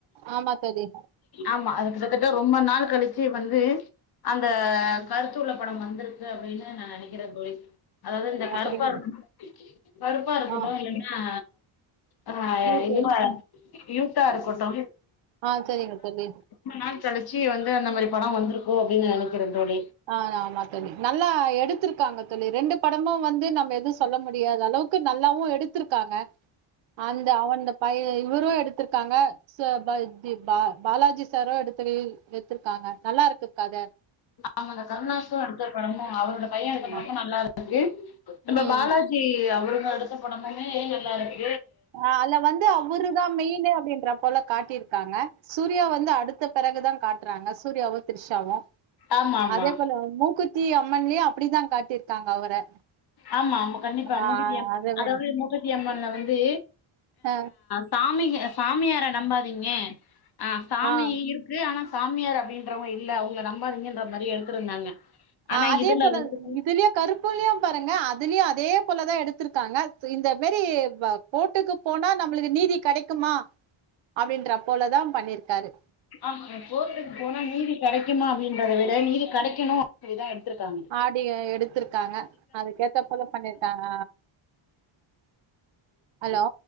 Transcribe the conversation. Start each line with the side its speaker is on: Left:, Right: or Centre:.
Right: ஆமா தோழி
Left: ஆமா அது கிட்டத்தட்ட ரொம்ப நாள் கலிச்சு வந்து அந்த கருத்துள்ள படம் வந்துருக்கு அப்டின்னு நா நெனைக்குற தோழி அதாவது இந்த
Right: அப்படிங்களா
Left: கருப்பா இரு கருப்பா இருகட்டு
Right: ஆ
Left: இல்லன்னா ஆ
Right: யூத்து
Left: அதுவா யூத்தா இருக்கட்டோ
Right: ஆ சரிங்க தோழி
Left: ரொம்ப நாள் கலிச்சி வந்து அந்த மாரி படொ வந்துருக்கோ அப்டின்னு நெனைக்குற தோழி
Right: ஆ ஆமா தோழி நல்லா எடுத்துருக்காங்க தோழி ரெண்டு படமு வந்து நம்ம எது சொல்ல முடியாத அளவுக்கு க்கு நல்லாவு எடுத்துருக்காங்க அந்த அவந்த பைய இவரு எடுத்துருக்காங்க சர் தா இது பா பாலாஜி சாரோ எடுத்துரு எத்துருக்காங்க நல்லாருக்கு கத
Left: ஆமாங் அந்த கருணாசு எடுத்த படமு அவரோட பைய எடுத்த
Right: ஆமா
Left: படமு நல்லாருக்கு நம்ப
Right: ம்
Left: பாலாஜி அவருங்க எடுத்த படமுமே நல்லாருக்கு
Right: ஆ அல்ல வந்து அவருதா மெய்னே அப்டின்றா போல காட்டிருக்காங்க சூர்யா வந்து அடுத்த பெறகுதா காட்றாங்க சூர்யாவு திரிஷாவு
Left: ஆமா ஆமா
Right: அதே போல மூக்குத்தி அம்மன்லயு அப்டிதா காட்டிருக்காங்க அவர
Left: ஆமா ஆமா கண்டிப்பா
Right: ஆ
Left: மூக்குத்தி அம்மன்
Right: அதவே
Left: அதாவது மூக்குத்தி அம்மன்ல வந்து
Right: அ
Left: சாமிங்க சாமியார நம்பாதீங்க அ சாமிய
Right: ஆ
Left: இருக் க்கு ஆனா சாமியார் அப்டின்றவங்க இல்ல அவங்கள நம்பாதிங்கன்ற மாரி எடுத்துருந்தாங்க ஆனா
Right: ஆ அதே
Left: இதுல
Right: போல
Left: வந்துட்டு
Right: இதுலயு கருப்புலயு பாருங்க அதுலயு அதே போலதா எடுத்துருக்காங்க இந்த மேரி கோட்டுக்கு போனா நம்மளுக்கு நீதி கெடைக்குமா அப்டின்றா போலதா பண்ணிருக்காரு
Left: ஆமா கோர்ட்க்கு போனா நீதி கெடைக்குமா அப்டின்றத விட நீதி கெடைக்கணு அப்டிதா எடுத்துருக்காங்க
Right: ஆடியோ எடுத்திருக்காங்க அதுக்கேத்த போல பண்ணிருக்காங்க ஹலோ
Left: <inaudible>